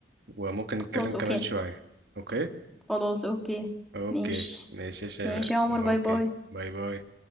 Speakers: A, on the right; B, in the centre.
A: وممكن نتكلم
B: خلاص
A: كمان
B: أوكي،
A: شويه اوكي
B: خلاص أوكي،
A: اوكي
B: ماشي.
A: ماشي يا شباب
B: ماشي يا عمر
A: اوكي
B: باي باي
A: باي باي